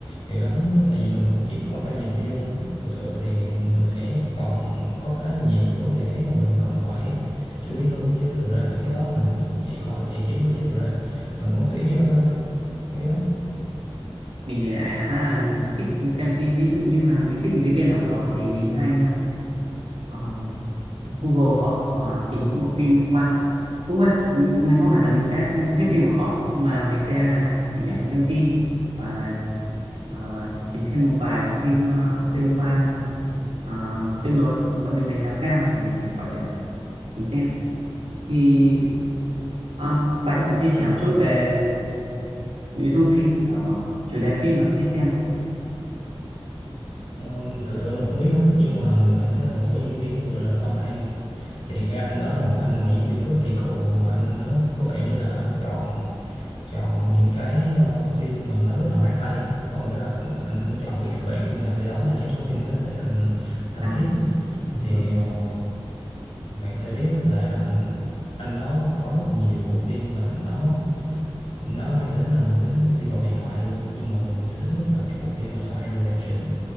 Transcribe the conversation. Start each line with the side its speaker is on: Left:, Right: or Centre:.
Left: nhiều lắm tại vì mình cũng chỉ quan tâm về nội dung thực sự thì mình sẽ còn có khá nhiều cái vấn đề khác mà mình còn phải chú ý hơn chứ thực ra mấy cái đó mình cũng chỉ coi để giải trí thôi chứ thực ra mình cũng không để ý nhiều lắm đâu mấy cái đó
Right: mình thì lại khá là thích xem phim ví dụ như là mình thích một diễn viên nào đó thì mình hay ờ, Google họ à, tìm những bộ phim liên quan cũng vậy ừ, mình không hẳn là mình sẽ xem hết phim của họ mà mình sẽ tìm hiểu thêm thông tin và ờ, tìm thêm một vài bộ phim ờ, liên quan ờ, ờ, tương đối ờ, vẫn được đánh giá cao thì mình có thể là mình xem thì um, bạn có thể chia
Left: ừ.
Right: sẻ một chút về nội dung phim kiểu ờ, chủ đề phim mà bạn thích xem không?
Left: Ờ, thực sự mình không biết nữa nhưng mà mình cảm thấy là một số diễn viên ví dụ là Tom Hanks thì cái anh đó là một anh mà diễn viên rất là kỳ cựu mà anh đó có vẻ như là anh chọn chọn những cái ờ, phim mà nó rất là mát tay ấy. Có nghĩa là anh anh chọn cái kịch bản phim nào để đóng là chắc chắn phim nó sẽ thành thành
Right: à
Left: hit
Right: đúng
Left: thì
Right: rồi
Left: ờ, bạn có thể biết là anh đó có rất là nhiều bộ phim mà nó nó mang tính là mang tính đi vào huyền thoại luôn nhưng mà mình sẽ thích nhất là cái bộ phim mà Shawshank Redemption